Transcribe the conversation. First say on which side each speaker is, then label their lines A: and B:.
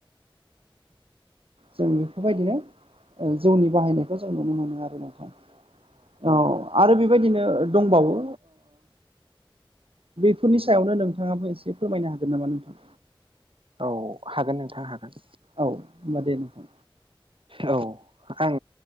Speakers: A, on the right; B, on the right.
A: <inaudible>
B: जों बेफोरबायदिनो जौनि बाहायनायखौ जों नुनो मोनो आरो नोंथांा औ आरो बेबायदिनो दंबावो बेफोरनि सायावनो नोंथाङाबो एसे फोरमायनो हागोन नामा नोंथां
A: औ हागोन नोंथां हागोन
B: औ होनबा दे नोंथां
A: औ आं